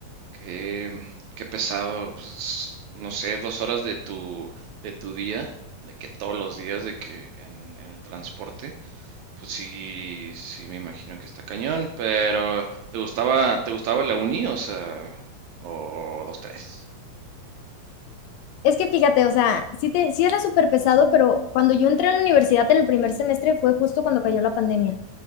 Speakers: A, on the right; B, on the left.
A: que qué pesado, pues no sé, dos horas de tu de tu día, de que todos los días, de que en, en el transporte, pues sí, sí me imagino que está cañón. Pero ¿te gustaba, te gustaba la uni, o sea, o dos tres?
B: Es que fíjate, o sea, sí, te, sí era súper pesado, pero cuando yo entré a la universidad en el primer semestre fue justo cuando cayó la pandemia.